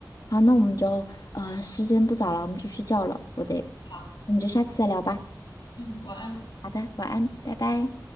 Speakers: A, on the left; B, on the left.
A: 好，那我们就呃时间不早了，我们去睡觉了，我得，
B: 好，
A: 我们就下次再聊吧。
B: 嗯，晚安。
A: 好的，晚安，拜拜。